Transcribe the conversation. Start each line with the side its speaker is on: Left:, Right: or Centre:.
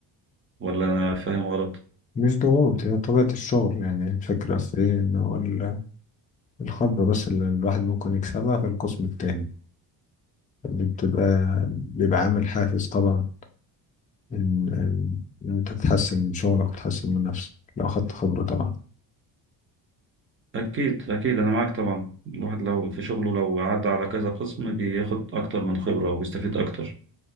Right: ولا انا فاهم غلط
Left: مش ضغوط هي طبيعة الشغل يعني الفكرة في ايه ان هو ال- الخبرة بس اللي الواحد ممكن يكسبها في القسم التاني بتبقى بيبقى عامل حافز طبعا إن إن أنت تتحسن من شغلك وتتحسن من نفسك لو خدت خبرة طبعا
Right: أكيد أكيد أنا معاك طبعا الواحد لو في شغله لو عدى على كذا قسم بياخد أكتر من خبرة وبيستفيد أكتر